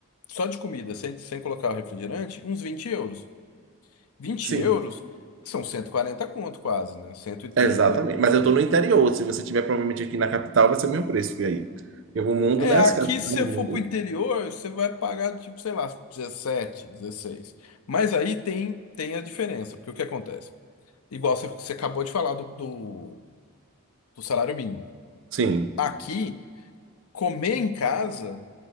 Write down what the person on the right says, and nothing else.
Sim,
Exatamente.
Mas
eu estou no interior. Se você tiver provavelmente aqui na capital, vai ser o mesmo preço. E aí? Eu vou mundo,
né?
As capitais
do mundo.
Sim.